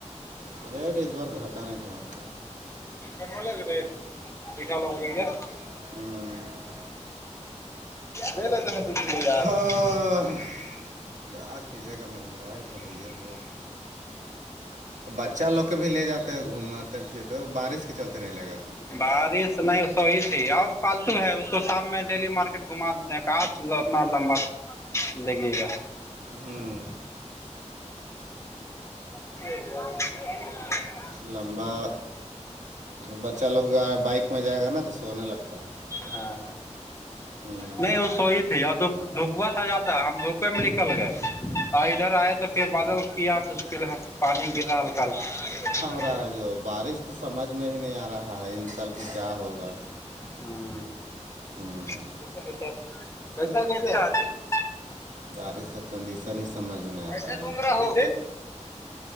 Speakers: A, on the right; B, on the left.
A: ریٹ اس بار گھٹا نہیں تھاج
B: ل کے رے بیھا لو م رہیا
A: ہوں
B: لے لیتے ہیں پ لے د
A: ہاں، کیا کیجیے گا مہنگائی تو ہے یہ ہے بچہ لوگ کے بھی لے جاتے ہیں گھوماتے پھرتے بارش چلتے نہیں لے گا
B: بارش نہیں سوی تھی اب پالتو ہے اس کو شام میں ڈیلی مارکیٹ گھما کا اتنا لمبا لگے گا
A: ہاں
B: <unintelligible>
A: لمبا بچہ لوگ بائک میں جائے گا نا تو سونے لگتا ہے
B: ہاں
A: ہوں
B: نہیں وہ سوی تھی دپوا تھا زیادہ ہم دھوپے میں نکل گئے ہ ادھر آیا تو پھر بادل کیا پھر پھر پانی گر رہا ہلکا ہلکا
A: رہاجب بارش تو سمجھ میں ہی نہیں آ رہا ہے انسلک کیا ہوگا
B: ہلکا
A: ہوں
B: <unintelligible>
A: بارش کا کنڈیشن ہی سمجھ میں نہیں آ پا
B: سےومرا
A: رہا ہے
B: ہو